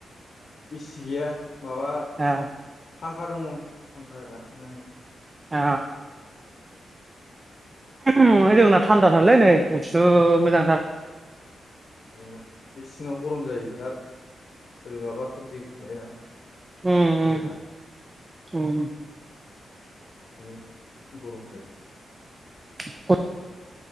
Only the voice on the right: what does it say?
ए
ओ। ओ, जोंना थान्दाथारलै नै गुसु मोजांथार।
उम
उम ओ।
<unintelligible>